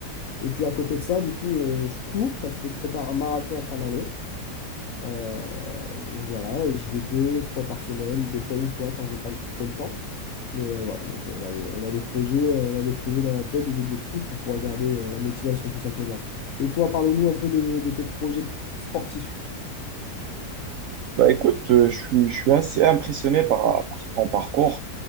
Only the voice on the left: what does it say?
Et puis à côté de ça, du coup, euh, je cours parce que je prépare un marathon en fin d'année. Euh, donc voilà, j'y vais deux fois par semaine, des fois une fois quand j'ai pas le- trop le temps. Mais euh, voilà, donc on a des, on a des projets, euh, on a des projets dans la tête, des objectifs pour pouvoir garder euh, la motivation tout simplement. Et toi, parle-nous un peu de, de tes projets sportifs.